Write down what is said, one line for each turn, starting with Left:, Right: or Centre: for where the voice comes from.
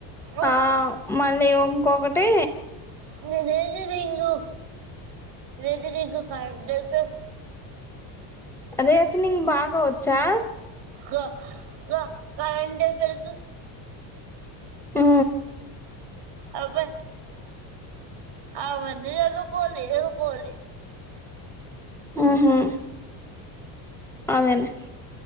Right: అవును
Centre: ఆ మన నేవ్వొ ఇంకొకటి
Right: న రేది రింగు రేది రంగ కడతే
Centre: అదే అతనికి బాగా వచ్చా
Right: క క కరంట్ ట్పరుందు
Centre: ఆ
Right: అబ్బా అవన్ని లేక పోలె లేక పోలె
Centre: ఆహా అమెనే